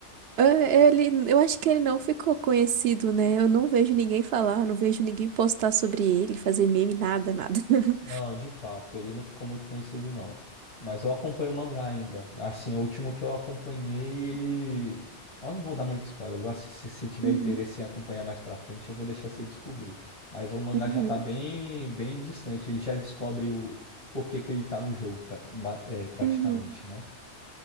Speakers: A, on the right (about 65°); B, on the left (about 30°).
A: É, Ele, eu acho que ele não ficou conhecido, né? Eu não vejo ninguém falar, não vejo ninguém postar sobre ele, fazer meme, nada, nada. <laughs>
B: Não, de fato, ele não ficou muito conhecido, não. Mas eu acompanho o mangá ainda. Assim, o último que eu acompanhei, ele. Eu não vou dar muito spoiler. eu vou assi- se, se tiver
A: Uhum,
B: interesse em acompanhar mais pra frente, eu vou deixar você descobrir. Mas o mangá
A: uhum,
B: já tá bem, bem distante. Ele já descobre o porquê que ele tá no jogo, pra- ba- é, praticamente,
A: uhum.
B: né?